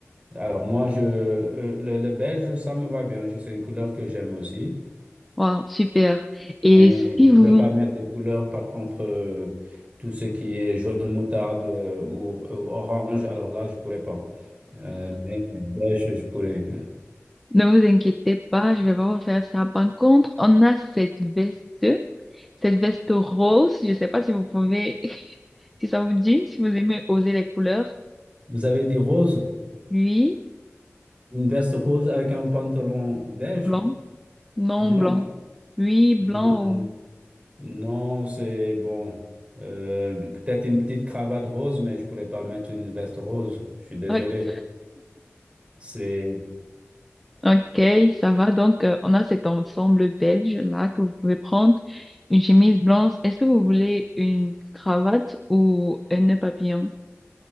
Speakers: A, on the right; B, in the centre.
A: alors moi, je, euh, le, le beige, ça me va bien. Je- C'est une couleur que j'aime aussi.
B: Wow, super. Et
A: Mais
B: si
A: je ne pourrais
B: vous
A: pas mettre des couleurs, par contre, euh, tout ce qui est jaune moutarde euh, ou, ou orange, alors là, je ne pourrais pas. Euh, mais beige, je pourrais.
B: ne vous inquiétez pas, je vais pas vous faire ça. Par contre, on a cette veste, cette veste rose. Je sais pas si vous pouvez, <laughs> si ça vous dit, si vous aimez oser les couleurs.
A: Vous avez des roses,
B: Oui,
A: une veste rose avec un pantalon beige,
B: blanc. Non,
A: blanc?
B: blanc. Oui, blanc.
A: Non,
B: ou-
A: non, c'est bon. Euh, peut-être une petite cravate rose, mais je pourrais pas mettre une veste rose. Je suis désolé.
B: Ok.
A: C'est
B: Ok, ça va. Donc, euh, on a cet ensemble belge là que vous pouvez prendre. Une chemise blanche. Est-ce que vous voulez une cravate ou un nœud papillon?